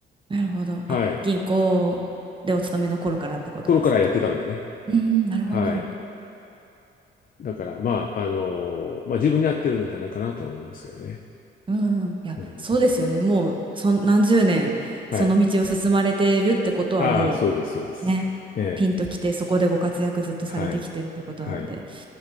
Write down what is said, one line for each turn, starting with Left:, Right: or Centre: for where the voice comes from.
Right: なるほど。
Left: はい。
Right: あ、銀行でお勤めの頃からってことですかね。
Left: 頃からやってたんでね。
Right: うーん、なるほど。
Left: はい。だから、まあ、あのまあ、自分に合ってるんじゃないかなとは思いますけどね。
Right: うん、いや、
Left: うん。
Right: そうですよね。もう、そん、何十年、
Left: はい。
Right: その道を進まれてるってことは、
Left: ああ、
Right: も
Left: そうです、そうです。
Right: うね、
Left: ええ
Right: ピンときて、そこでご活躍ずっとされてきてるってことなんで、
Left: はい。はい。<laughs>